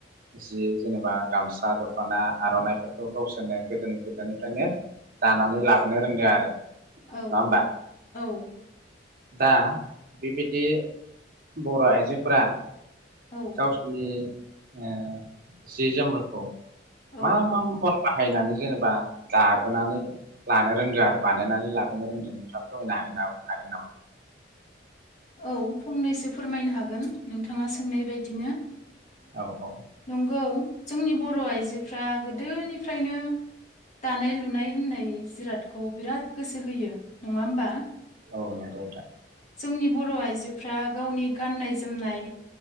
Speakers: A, on the right; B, on the left.
A: जि जेनेबा गामसा दख'ना आर'नाफोरखौ गावसोरनो गोदोनि गोदायनिफ्रायनो दानानै लाबोनो रोंदों आरो।
B: औ
A: नङा होमबा
B: औ
A: दा बि बि दि बर' आइजोफ्रा
B: औ
A: गावसिनि ओ जि जोमफोरखौ मा
B: औ
A: मा उगन बाहायनानै जेनेबा दाबोनानै लानो रोंदों आरो बानायनानै लाबोनो रोंदों नोंथाङा फोरमायनो हागोन नामा हागोन नामा?
B: औ फंनैसो फोरमायनो हागोन। नोंथाङा सोंनाय बायदिनो
A: औ औ
B: नंगौ जोंनि बर' आइजोफ्रा गोदोनिफ्रायनो दानाय लुनाय होननाय जिरादखौ बिराद गोसो होयो। नङा होमबा।
A: औ नंगौ नोंथां
B: जोंनि बर' आइजोफ्रा गावनि गाननाय जोमनाय